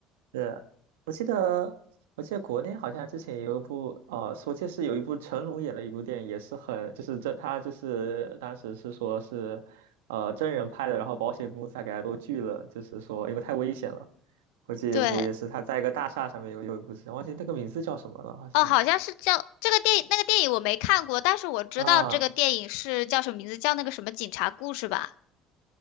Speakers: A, on the right; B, on the left.
A: 是，我记得，我记得国内好像之前有一部，呃，说这是有一部成龙演了一部电影，也是很，就是这他就是当时是说是，呃，真人拍的，然后保险公司还给他都拒了，就是说因为太危险了。我记得一部也是他在一个大厦上面有有一部戏，
B: 对，
A: 忘记那个名字叫什么了，好像
B: 哦，好像是叫这个电影，那个电影我没看过，但是我知道这个电影是叫什么名字，
A: 啊，
B: 叫那个什么警察故事吧？